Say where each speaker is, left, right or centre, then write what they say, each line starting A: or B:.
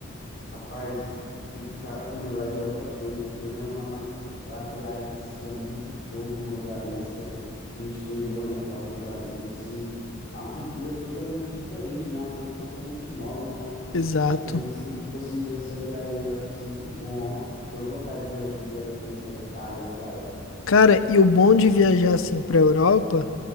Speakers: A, on the left; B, on the left.
A: rapaz, se se o cara comer lá já é outra coisa, né? Querendo ou não, mas a viagem em si é muito show pra um lugar desse, que é no exterior, né? Fora do Brasil, assim. É uma cultura totalmente diferente, né? Uma coisa totalmente nova. Então,
B: Exato.
A: eu acredito que se tu conseguir fazer essa viagem aí, eu acho que vai ser muito bom, ó. Tenho vontade de viajar, de viajar também pra Itália, ó, cara.
B: Cara, e o bom de viajar assim pra Europa